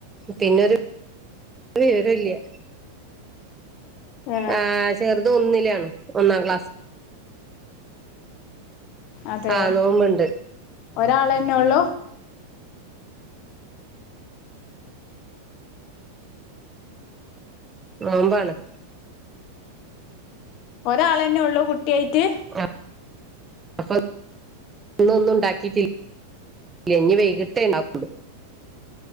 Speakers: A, on the right; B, on the left.
A: പിന്നൊരു ഒരു വിവരോല്ല്യ
B: ഏ
A: ആ ചെറുത് ഒന്നിലാണ് ഒന്നാം ക്ലാസ
B: അതേ
A: ആ നോമ്പുണ്ട്
B: ഒരാളെന്നെള്ളു.
A: നോമ്പാണ്.
B: ഒരാളന്നെ ഒള്ളൂ കുട്ടി ആയിട്ട്?
A: ആഹ്, അപ്പം ഇന്ന് ഒന്നു ഉണ്ടാക്കിട്ടി ല്ലേ ഇഞ്ഞ് വൈകിട്ടെ ഇണ്ടാക്ക് ഒള്ളൂ.